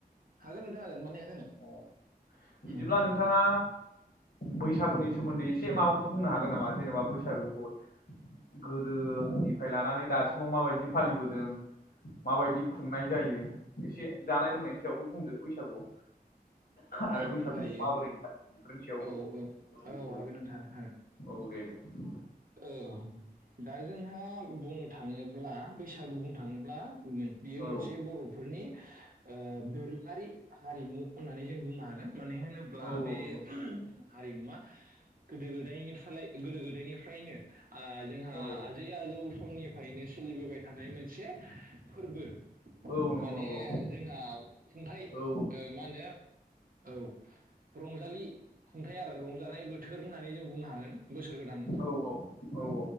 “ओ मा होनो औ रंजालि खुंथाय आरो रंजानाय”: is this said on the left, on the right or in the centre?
Right